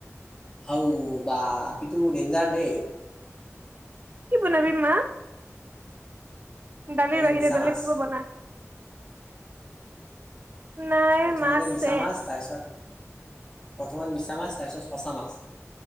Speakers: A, on the left; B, on the right.
A: হও বা কিন্তু দেঞজাৰ দেই।
B: কি বনাবি মা দালিৰ
A: আজি
B: বাহিৰে
A: মিছা
B: বেলেগ
A: মাছ।
B: কিবা বনা। নাই
A: প্ৰথমতে
B: মাছে
A: মিছা মাছ
B: <inaudible>
A: তাৰপিছত প্ৰথমত মিছা মাছ তাৰপিছত সঁচা মাছ।